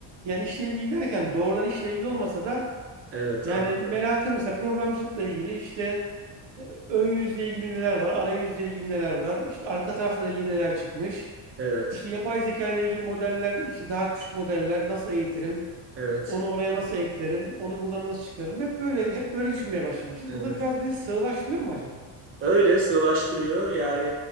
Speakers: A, on the right; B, on the right.
A: Yani işle ilgili derken doğrudan işle ilgili olmasa da
B: Evet.
A: yani
B: Anladım.
A: merakım mesela programcılıkla ilgili işte e, ön yüzle ilgili neler var, arayüzle ilgili neler var, işte arka tarafla ilgili neler çıkmış.
B: Evet.
A: İşte yapay zeka ile ilgili modeller, işte daha küçük modeller nasıl eğitirim,
B: Evet.
A: onu oraya nasıl eklerim, onu buradan nasıl çıkarırım. Hep böyle hep böyle düşünmeye başlamışız.
B: Evet.
A: Bu da biraz bizi sığlaştırıyor mu acaba?
B: Öyle sığlaştırıyor. Yani